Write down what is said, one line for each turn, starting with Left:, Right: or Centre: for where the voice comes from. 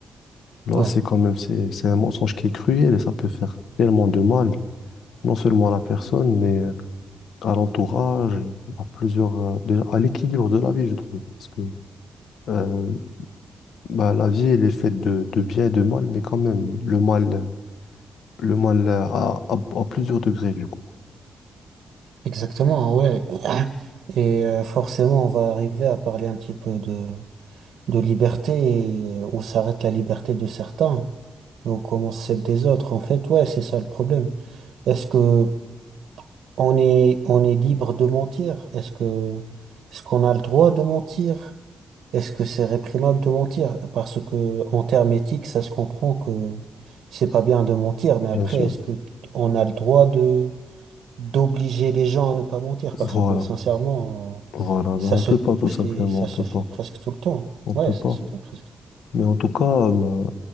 Left: Là,
Right: Ouais,
Left: c'est quand même, c'est, c'est un mensonge qui est cruel et ça peut faire tellement de mal, non seulement à la personne, mais euh, à l'entourage, à plusieurs, euh, déjà, à l'équilibre de la vie, je trouve. Parce que euh, bah, la vie, elle est faite de, de bien et de mal, mais quand même, le mal. Le mal euh, à, à- à plusieurs degrés, du coup.
Right: exactement, ouais. <clears throat> Et euh, forcément, on va arriver à parler un petit peu de, de liberté et euh, où s'arrête la liberté de certains et où commence celle des autres. En fait, ouais, c'est ça le problème. Est-ce que on est, on est libre de mentir? Est-ce que, est-ce qu'on a le droit de mentir? Est-ce que c'est réprimable de mentir? Parce que, en termes éthiques, ça se comprend que c'est pas bien de mentir, mais après,
Left: Bien sûr.
Right: est-ce que on a le droit de d'obliger les gens à ne pas mentir parce
Left: Voilà.
Right: que sincèrement,
Left: Voilà.
Right: ça
Left: Ben, on
Right: se
Left: peut pas, tout
Right: fait,
Left: simplement.
Right: ça
Left: On
Right: se
Left: peut
Right: fait
Left: pas.
Right: presque tout le temps.
Left: On
Right: Ouais,
Left: peut
Right: ça
Left: pas.
Right: se fait presque.
Left: Mais en tout cas, euh,